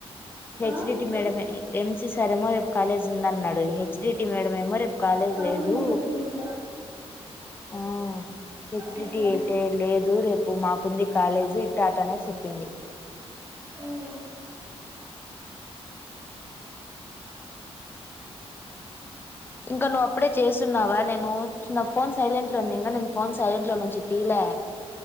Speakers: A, on the left (about 20°); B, on the right (about 25°).
A: హెచ్డిటి
B: ఆ
A: మేడ ఎంస సార్మో రేపు కాలేజ్ ఉంది అన్నాడు హెచ్డటి మేడ ఏమో రేపు కాలేజ్
B: ఆయన
A: లేదు
B: గురించి నేను చెప్పింది
A: ఆ హెచ్డిటి
B: మ్మ్
A: అయితే లేదు రేపు మాకుంది కాలేజీ ఇట అనే చెప్పింది
B: మ్మ్
A: ఇంకా నువ్వు అప్పుడే చేస్తున్నావా నేను నా ఫోన్ సైలెంట్ లో ఉంది ఇంకా నేను ఫోన్ సైలెంట్ లో నుంచి తీలే